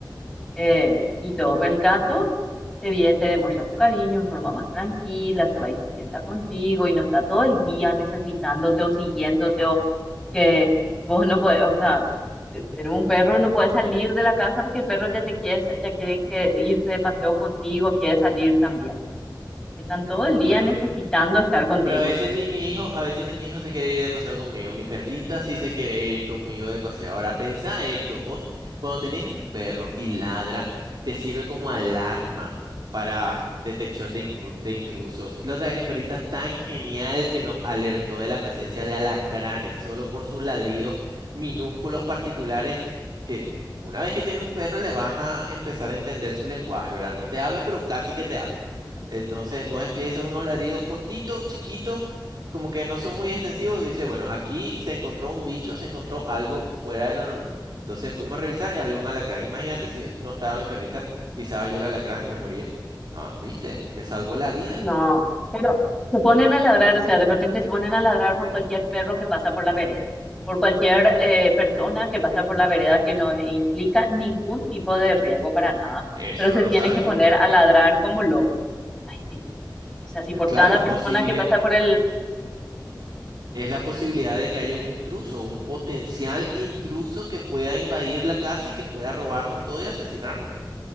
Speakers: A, in the centre; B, on the right (about 65°).
A: Eh, y todo, pero el gato te viene, te demuestra su cariño en forma más tranquila, se va y se sienta contigo y no está todo el día necesitándote o siguiéndote o que vos no puedes, o sea, te- tenemos un perro, no puede salir de la casa porque el perro ya te quiere, sa- ya quiere que irse de paseo contigo, quiere salir también. Están todo el día
B: Bueno,
A: necesitando estar contigo.
B: Pero a veces ni mi hijo, a veces ni mi hijo se quiere ir de paseo conmigo. Mi perrita sí se quiere ir conmigo de paseo. Ahora, pensá esto, vos, cuando tenés un perro y ladra, te sirve como alarma para detección de, incru- de intrusos. La otra vez mi perrita tan genial que nos alertó de la presencia de alacranes, solo por sus ladridos minúsculos particulares que una vez que tienes un perro le vas a empezar a entender su lenguaje, ¿verdad? No te habla, pero casi que te habla. Entonces vos empiezas unos ladridos cortitos, chiquitos, como que no son muy extensivos. Y dice, bueno, aquí se encontró un bicho, se encontró algo fuera de lo normal. Entonces fuimos a revisar y había un alacrán. Imagínate si no estaba mi perrita, pisaba yo el alacrán, me moría. Ah, ¿viste? Me salvó la vida.
A: No, pero se ponen a ladrar, o sea, de repente se ponen a ladrar por cualquier perro que pasa por la vereda, por cualquier eh, persona que pasa por la vereda que no implica ningún tipo de riesgo para nada,
B: Eso
A: pero se
B: no lo
A: tienen
B: sabes
A: que poner
B: tú.
A: a ladrar como locos. Ay, sí. O sea, si por
B: Claro,
A: cada persona
B: posible,
A: que pasa por el...
B: es la posibilidad de que haya un intruso, un potencial intruso que pueda invadir la casa y que pueda robarnos todo y asesinarnos.